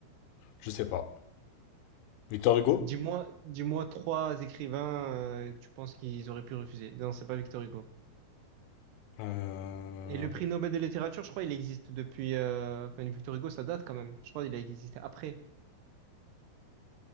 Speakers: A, on the left; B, on the right.
A: Je sais pas. Victor Hugo?
B: Dis-moi, dis-moi trois écrivains, euh, tu penses qu'ils auraient pu refuser. Non, c'est pas Victor Hugo.
A: Euh,
B: Et le prix Nobel de littérature, je crois, il existe depuis. euh, Enfin, Victor Hugo, ça date quand même. Je crois qu'il a existé après.